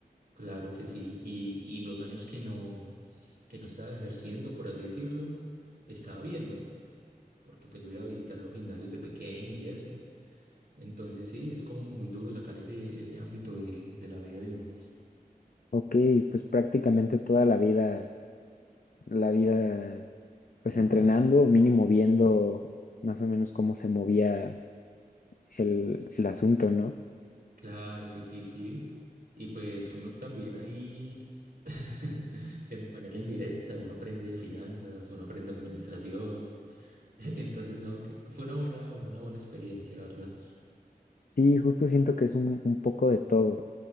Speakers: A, on the right (about 70°); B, on the left (about 60°).
A: claro que sí. Y, y los años que no, que no estaba ejerciendo, por así decirlo, estaba viendo, porque pues yo iba a visitar los gimnasios de pequeño y eso. Entonces sí, es como muy duro sacar ese, ese ámbito de, de la vida de uno.
B: Ok, pues prácticamente toda la vida. la vida, pues entrenando, mínimo viendo más o menos cómo se movía el, el asunto, ¿no?
A: Claro que sí, sí. Y pues uno también ahí, <laughs> de manera indirecta, uno aprende finanzas, uno aprende administración <laughs> Entonces, no, que fue una buena, una buena experiencia, la verdad.
B: Sí, justo siento que es un, un poco de todo,